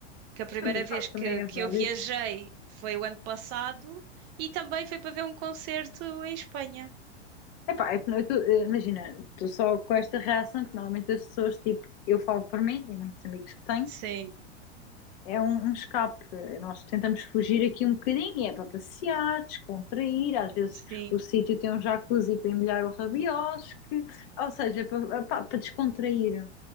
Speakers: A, on the right; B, on the left.
A: que a primeira
B: Tudo,
A: vez
B: pá,
A: que,
B: também é
A: que
B: válido.
A: eu viajei foi o ano passado e também foi para ver um concerto em Espanha.
B: Epá, é que eu tô- eh, imagina, estou só com esta reação, porque normalmente as pessoas, tipo, eu falo por mim e muitos amigos que tenho,
A: Sim,
B: é um, um escape. Nós tentamos fugir aqui um bocadinho, é para passear, descontrair, às vezes
A: sim.
B: o sítio tem um jacuzzi para emulhar o rabiosque, ou seja, é para, pá, para descontrair.